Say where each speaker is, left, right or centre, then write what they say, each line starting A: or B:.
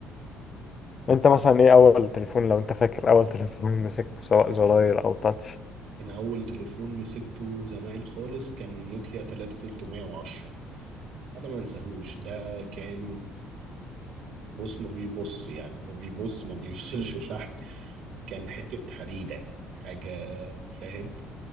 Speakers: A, on the left; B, on the right.
A: انت مثلا ايه اول تليفون لو انت فاكر اول تليفون مسكته سواء زراير او تاتش
B: من أول تليفون مسكته زمان خالص كان نوكيا 3310 أنا ما انساهوش ده كان بص ما بيبص يعني ما بيبص ما بيفصلش <laughs> شحن كان حتة حديدة يعني حاجة فاهم